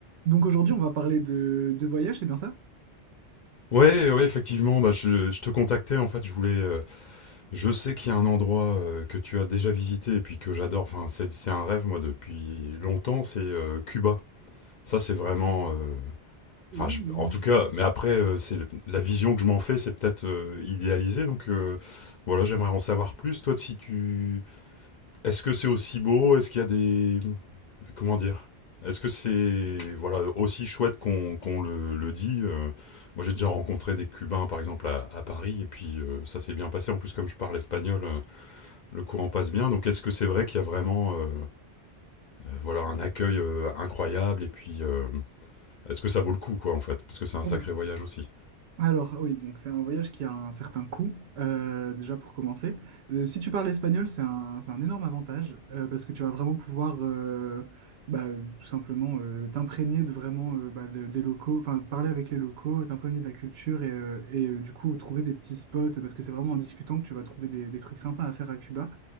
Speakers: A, on the right; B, on the left.
A: Donc aujourd'hui, on va parler de, de voyage, c'est bien ça?
B: Ouais, ouais, effectivement, bah, je, je te contactais en fait. Je voulais, euh, je sais qu'il y a un endroit euh, que tu as déjà visité et puis que j'adore. Enfin, c'est c'est un rêve moi depuis longtemps. C'est euh, Cuba. Ça, c'est vraiment. euh,
A: Oui,
B: Enfin, je-
A: oui,
B: en
A: oui.
B: tout cas. Mais après, euh, c'est le- la vision que je m'en fais, c'est peut-être euh, idéalisé. Donc euh, voilà, j'aimerais en savoir plus. Toi, si tu, est-ce que c'est aussi beau? Est-ce qu'il y a des comment dire Est-ce que c'est voilà aussi chouette qu'on qu'on le, le dit euh, Moi, j'ai déjà rencontré des Cubains, par exemple, à, à Paris, et puis euh, ça s'est bien passé. En plus, comme je parle espagnol, euh, le courant passe bien. Donc, est-ce que c'est vrai qu'il y a vraiment euh, euh, voilà un accueil euh, incroyable Et puis, euh, est-ce que ça vaut le coup, quoi, en fait Parce que c'est un sacré
A: Hum.
B: voyage aussi.
A: Alors oui, donc c'est un voyage qui a un certain coût, euh, déjà pour commencer. Euh, si tu parles espagnol, c'est un, c'est un énorme avantage euh, parce que tu vas vraiment pouvoir euh, bah, tout simplement euh, t'imprégner de vraiment euh, bah, de- des locaux, enfin parler avec les locaux, t'imprégner de la culture et, euh, et, euh, du coup trouver des petits spots parce que c'est vraiment en discutant que tu vas trouver des, des trucs sympas à faire à Cuba.